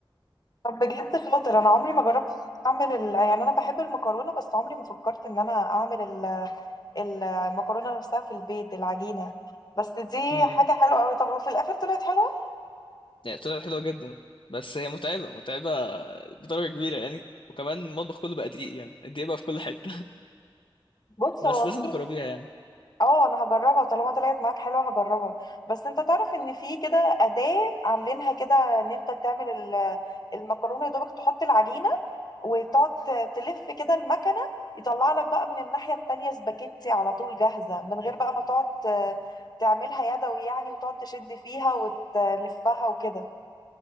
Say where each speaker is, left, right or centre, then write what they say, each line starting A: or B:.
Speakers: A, on the left (about 45°); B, on the left (about 65°).
A: طب بجد شاطر انا عمري ما جربت اعمل ال... يعني انا بحب المكرونه بس عمري ما فكرت ان انا اعمل ال... المكرونه نفسها في البيت العجينه بس دي
B: امم
A: حاجه حلوه قوي طب وفي الاخر طلعت حلوه
B: يعني طلعت حلوه جدا بس هي متعبه متعبه بدرجه كبيره يعني وكمان المطبخ كله بقى دقيق يعني الدقيق بقى في كل حته <laughs>
A: بص
B: بس
A: هو
B: لازم
A: في
B: تجربيها يعني
A: اه انا هجربها طالما طلعت معاك حلوه هجربها بس انت تعرف ان في كده اداه عاملينها كده ان انت تعمل ال- المكرونه يا دوبك تحط العجينه وتقعد ت- تلف كده المكنه يطلع لك بقى من الناحيه التانية سباكيتي على طول جاهزه من غير بقى ما تقعد ت- تعملها يدوي يعني وتقعد تشد فيها وتلفها وكده